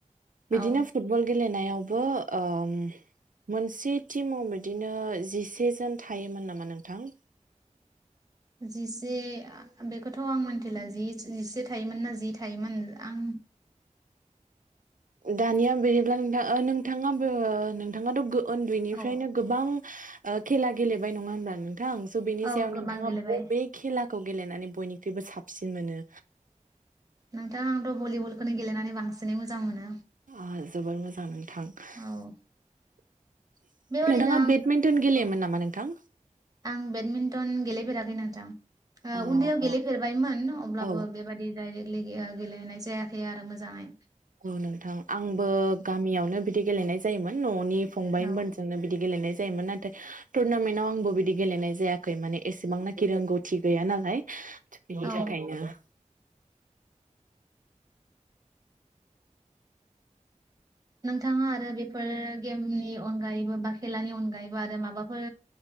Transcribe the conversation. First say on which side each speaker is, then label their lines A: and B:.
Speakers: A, on the right; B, on the right.
A: बिदिनो
B: औ
A: फुट फुटबल गेलेनायावबो ओम मोनसे टिमाव बिदिनो जिसे जोन थायोमोन नामा नोंथां?
B: जिसे बेखौथ' आं मिन्थिला जि जिसे थायोमोन ना जि थायोमोन आं
A: औ दानिया बिदिब्ला नोंथां नोंथांङाबो नोंथाङाथ' गो उन्दैनिफ्रायनो
B: औ
A: गोबां खेला गेलेबाय नङा होनबा नों थां स' बेनि
B: औ
A: सायाव
B: गोबां
A: नोंथांङा
B: गेलेबाय
A: बबे खेलाखौ गेलेनानै बयनिख्रुइबो साबसिन मोनो?
B: नोंथां आंथ' भलिबलखौनो गेलेनानै बांसिनै मोजां मोनो।
A: आ जोबोर मोजां नोंथां। थां
B: औ बेबादिनो
A: नोंङा
B: आं
A: बेडमिन्टन गेलेयोमोन
B: औ
A: नामा नोंथां?
B: आं बेडमिन्टन गेलेफेराखै नोंथां
A: अ औ
B: उन्दैयाव गेलेफेरबायमोन अब्लाबो
A: औ
B: बेबादि दायरेक्टलि गेलेनाय जायाखै आरो मोजांङै।
A: औ नोंथां आंबो गामियावनो बिदि गेलेनाय जायोमोन न'नि फंबायमोनजोंनो
B: औ
A: बिदि गेलेनाय जायोमोन ना नाथाय टुरनामेन्टाव आंबो बिदि गेलेनाय जायाखै माने एसेबांनाखि रोंगौथि गैया नालाय। बिनि
B: औ
A: थाखायनो।
B: नोंथांङा आरो बेफोर गेमनि अनगायैबो बा खेलानि अनगायैबो आरो माबाफोर